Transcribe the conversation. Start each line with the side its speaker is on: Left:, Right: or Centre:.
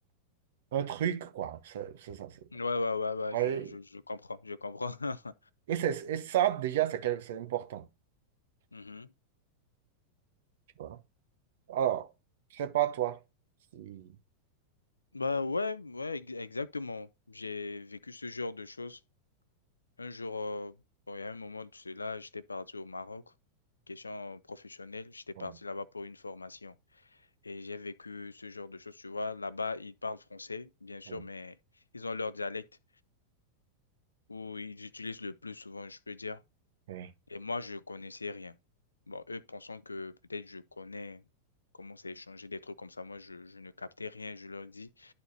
Right: un truc, quoi. C'est- c'est ça, c'est-
Left: Ouais, ouais, ouais, ouais,
Right: ouais.
Left: je, je, je comprends, je comprends. <laughs>
Right: Et, c'est- et ça, déjà, c'est quel- c'est important,
Left: Mhm.
Right: tu vois. Alors, je sais pas toi. si-
Left: Bah ouais, ouais, ex- exactement. J'ai vécu ce genre de choses. Un jour, euh, bon, il y a un moment de cela, j'étais parti au Maroc, question professionnelle, j'étais
Right: ouais,
Left: parti là-bas pour une formation. Et j'ai vécu ce genre de choses, tu vois. Là-bas, ils parlent français, bien sûr,
Right: ouais,
Left: mais ils ont leur dialecte où ils utilisent le plus souvent, je peux dire.
Right: ouais.
Left: Et moi, je connaissais rien. Bon, eux pensant que peut-être je connais comment c'est échanger des trucs comme ça. Moi, je, je ne captais rien. Je leur dis,